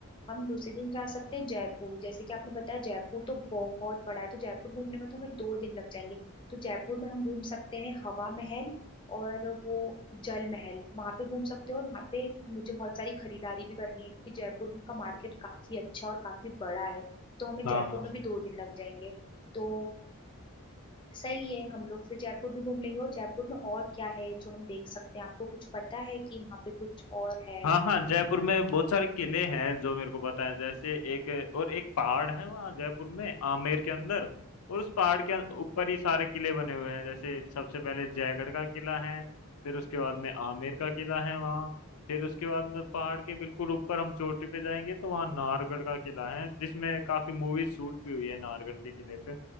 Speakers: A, on the left (about 20°); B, on the left (about 75°).
A: हम दूसरे दिन जा सकते हैं जयपुर जैसे कि आपने बताया जयपुर तो बहुत बड़ा है तो जयपुर घूमने में तो हमें दो दिन लग जाएंगे तो जयपुर में हम घूम सकते हैं हवा महल और वो जल महल वहां पे घूम सकते हो और वहां पे मुझे बहुत सारी खरीदारी भी करनी है क्योंकि जयपुर का मार्केट काफी अच्छा और काफी बड़ा है तो हमें
B: हाँ
A: जयपुर में भी दो दिन लग जाएंगे तो सही है हम लोग फिर जयपुर भी घूम लेंगे और जयपुर में और क्या है जो हम देख सकते हैं आपको कुछ पता है कि वहाँ पे कुछ और है
B: हाँ हाँ जयपुर में बहुत सारे किले हैं जो मेरे को पता है जैसे एक और एक पहाड़ है वहाँ जयपुर में आमेर के अंदर और उस पहाड़ के ऊपर ही सारे किले बने हुए हैं जैसे सबसे पहले जयगढ़ का किला है फिर उसके बाद में आमेर का किला है वहाँ फिर उसके बाद में पहाड़ के बिल्कुल ऊपर हम चोटी पे जाएंगे तो वहाँ नाहरगढ़ का किला है जिसमें काफी मूवी शूट भी हुई है नाहरगढ़ के किले पे